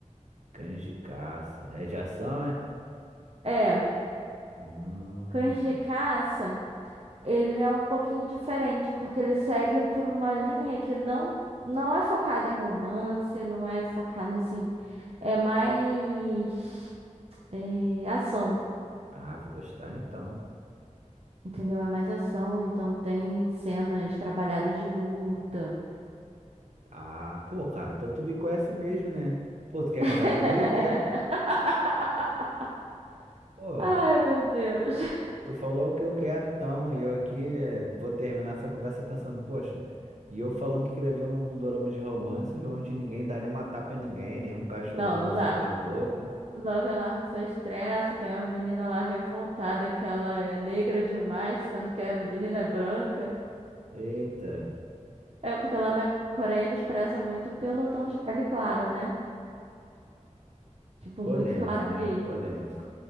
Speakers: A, on the right; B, on the right.
A: Cães de caça. É de ação, é?
B: É,
A: Hum.
B: cães de caça, ele é um pouquinho diferente, porque ele segue por uma linha que não não é focada em romance, não é focada assim, é mais é, ação,
A: Ah, vou gostar então.
B: entendeu? É mais ação, então tem cenas trabalhadas de luta.
A: Ah, pô, cara, então tu me conhece mesmo, né? Pô, tu quer casar
B: <laughs>
A: comigo? Quer? Pô,
B: Ai, meu Deus.
A: tu falou o que eu quero, então, e eu aqui eh, vou terminar essa conversa pensando, poxa, e eu falando que queria ver um dorama de romance onde ninguém dá nenhuma tapa em ninguém, nenhum cachorro
B: Não,
A: toma
B: não
A: um
B: dá.
A: soco na boca.
B: Love Alarm só estressa. Tem uma menina lá revoltada que ela é negra demais, sendo que a menina é branca.
A: Eita,
B: É porque lá na Coreia eles prezam muito pelo tom de pele claro, né? Tipo,
A: polêmico,
B: muito claro
A: né?
B: mesmo.
A: Polêmico.